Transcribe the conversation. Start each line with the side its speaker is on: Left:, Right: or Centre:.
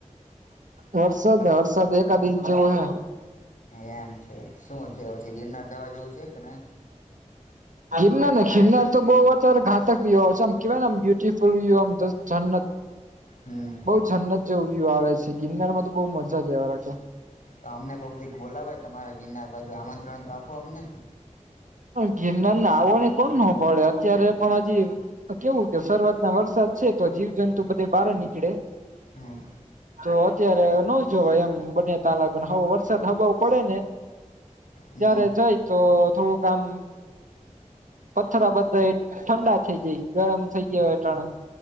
Right: વરસાદ
Left: હાલ
Right: વરસાદ એકાદ‌ ઈંચ ‌જેવો‌ અહે.
Left: એમ છે શું છે પછી ગિરનાર જવા જેવું છે કે નહીં
Right: <unintelligible> ગિરનાર તો બહુ અતારે ઘાતક વ્યુ હોય છે આમ કેવાય ને આમ બ્યુટફુલ વ્યુમ જન્નત
Left: હમ
Right: બઉ જન્નત જેવું આવે છે ગિરનારમાં તો બઉ મજા જવા રાખ
Left: તો અમને કોઈકી બોલાવે તમારે ગિરનાર બાજુ આમંત્રણ તો આપો અમને.
Right: ગિરનાર ના આવવાને કોણ ન પળે અત્યારે પણ હજી કેવું કે શરૂઆત ના વર્ષ છે તો જીવ જંતુ બધે બહાર નીકળે
Left: હમ્મ.
Right: તો અત્યારે ન જોવા એમ બને ત લગને હવેો વરસાદ હબાવ પડે ને
Left: હમ
Right: ત્યારે જય તો થોડું કામ પથ્થરા બધા ઠંડા થઇ જાય ગરમ થઇ ગાય અટાણે.